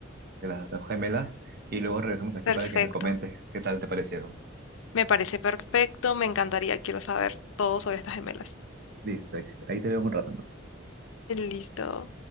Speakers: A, on the right; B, on the left.
A: de las dos gemelas y luego regresamos aquí
B: Perfecto.
A: para que me comentes qué tal te parecieron?
B: Me parece perfecto. Me encantaría. Quiero saber todo sobre estas gemelas.
A: Listo, ex- ahí te veo en un rato entonces.
B: Listo.